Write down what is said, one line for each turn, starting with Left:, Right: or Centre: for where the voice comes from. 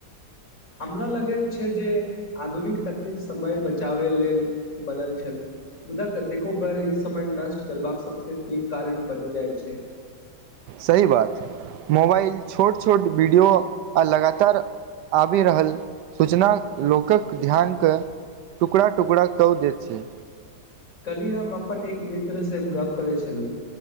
Left: हमरा लगैत छै जे आधुनिक तकनीक समय बचाबै लेल बनल छल मुदा कतेको बेर ई समय नष्ट करबाक सबसे पैघ कारण बनि जाय छै
Right: सही बात मोबाइल छोट छोट वीडियो आ लगातार आबि रहल सूचना लोकक ध्यानके टुकड़ा टुकड़ा कौ दैत छैय
Left: कली हम अपन एक मित्र से गप करै छलहुँ